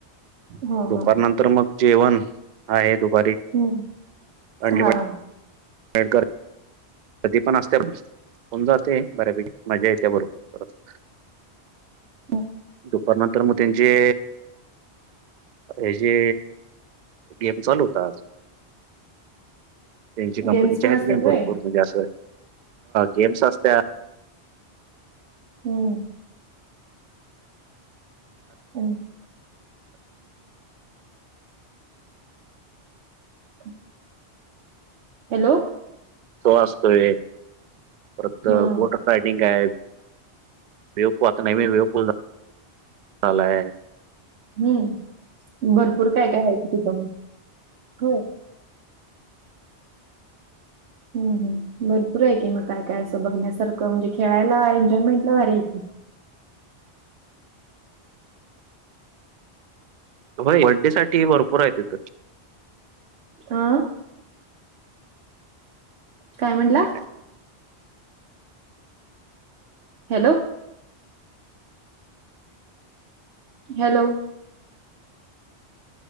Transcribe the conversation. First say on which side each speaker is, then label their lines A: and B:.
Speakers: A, on the right; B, on the right.
A: हा
B: दुपारनंतर
A: हा
B: तर मग जेवण आहे दुपारी.
A: हम्म
B: अनलिमिटेड
A: हां
B: <unintelligible> कर कधी पण असत्यात होऊन जातय बऱ्यापैकी मज्जा येत्या भरपूर परत.
A: हो
B: दुपारनंतर मग त्यांचे ह्या जे गेम चालू होतात. त्यांचे कंपनीचे
A: गेम्स पण
B: आहेत
A: असतात
B: गेम
A: व्हय?
B: भरपूर म्हणजे अस गेम्स असत्यात.
A: हम्म हम्म <inaudible> हॅलो
B: तो असतोय परत
A: हा.
B: बोट रायडींग आहेत. वेवपू आता नवीन वेवपू झालाय
A: हम्म भरपूर काय काय आहे की तिथ होय. हम्म भरपूर आहे की मग काय काय अस बघण्यासारख म्हणजे खेळायला एनजॉयमेंट ला भारी आहे.
B: होय बर्थडे साठी भरपूर आहे तिथ.
A: आ काय म्हणलात?
B: काय
A: हॅलो हॅलो